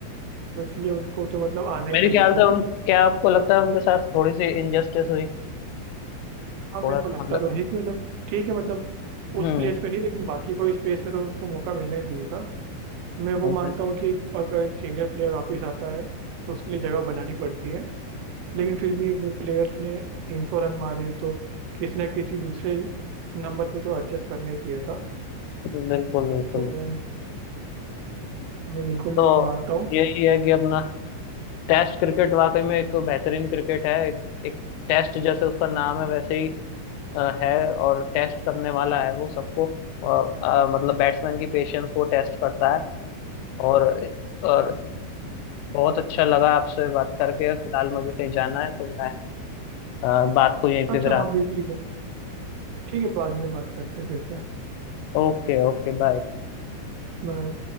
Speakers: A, on the right; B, on the left.
A: तो इसलिए उनको तो मतलब आना ही
B: मेरे
A: था
B: ख्याल
A: जैसे
B: से उन
A: भी
B: क्या आपको लगता है उनके साथ थोड़ी सी इनजस्टिस हुई
A: हाँ
B: थोड़ा
A: मेरे
B: सा
A: को लगता
B: मतलब
A: तो है कि मतलब ठीक है मतलब
B: हम्म।
A: उस प्लेस पे नहीं लेकिन बाकी कोई स्पेस में तो उसको मौका मिलना ही चाहिए था मैं वो
B: बिल्कुल
A: मानता हूँ कि अगर एक सीनियर प्लेयर वापस आता है तो उसके लिए जगह बनानी पड़ती है लेकिन फिर भी वो प्लेयर ने 300 रन मारे तो किसी ना किसी दूसरे नंबर पे तो एडजस्ट करना ही चाहिए था
B: बिल्कुल बिल्कुल
A: तो मैं तो मैं बिल्कुल
B: तो
A: ये मानता हूँ
B: यही है कि अपना टेस्ट क्रिकेट वाकई में एक बेहतरीन क्रिकेट है एक, एक टेस्ट जैसे उसका नाम है वैसे ही अ, है और टेस्ट करने वाला है वो सबको और अ, मतलब बैट्समैन की पेशेंस वो टेस्ट करता है और और बहुत अच्छा लगा आपसे बात करके फिलहाल मुझे कहीं जाना है तो मैं अ, बात को यहीं
A: अच्छा
B: पे विराम
A: हाँ बिल्कुल ठीक है ठीक है बाद में बात करते हैं फिर से
B: Okay okay bye
A: बाय